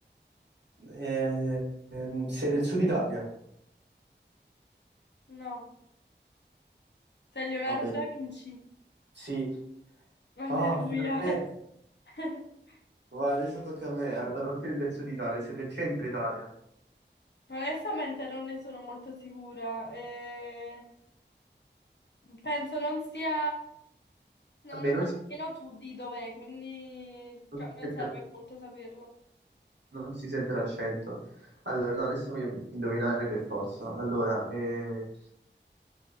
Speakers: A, on the right (about 70°); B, on the left (about 70°).
A: ehm, sei del sud Italia?
B: no. Sei Leonardo
A: Vabbè,
B: da Vinci.
A: sì.
B: Alleluia.
A: Ah, finalmente.
B: <laughs>
A: Va, adesso tocca a me. Allora, non sei del sud Italia, sei del centro Italia.
B: Onestamente non ne sono molto sicura. Eh, penso non sia... Non
A: Vabbè,
B: lo
A: non
B: sai
A: si,
B: nemmeno tu di dov'è, quindi
A: non
B: cioè,
A: si
B: non
A: sente
B: serve
A: la-
B: molto saperlo.
A: non si sente l'accento. Allora, no, adesso voglio indovinare per forza. Allora, eh,